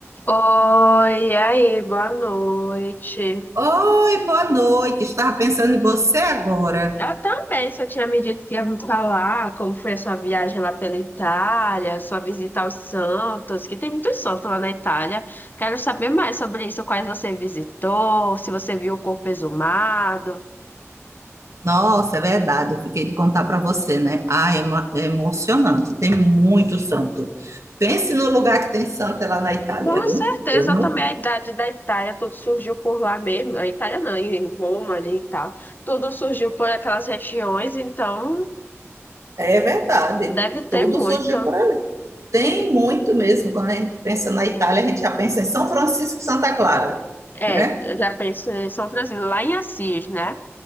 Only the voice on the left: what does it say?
Oi, e aí, boa noite.
Eu também, só tinha me dito que ia me falar como foi a sua viagem lá pela Itália, sua visita aos Santos, que tem muitos santos lá na Itália. Quero saber mais sobre isso, quais você visitou, se você viu o corpo exumado.
Com
certeza
também a idade da Itália, tudo surgiu por lá mesmo. A Itália não, em Roma ali e tal. Tudo surgiu por aquelas regiões, então
deve
ter muito.
É,
eu já penso em São Francisco, lá em Assis, né?